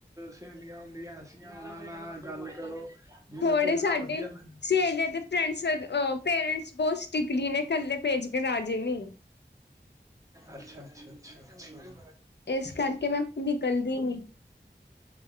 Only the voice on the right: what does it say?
ਸੈਹੇਲੀਆਂ ਹੁੰਦੀਐ। <unintelligible> ਨਾ ਗੱਲ ਕਰੋ। ਜਿਨੂੰ
ਘੁਮਣਾ
ਵਧੀਆ ਲਗ
ਅੱਛਾ-ਅੱਛਾ, ਅੱਛਾ-ਅੱਛਾ। ਅੱਛਾ-ਅੱਛਾ,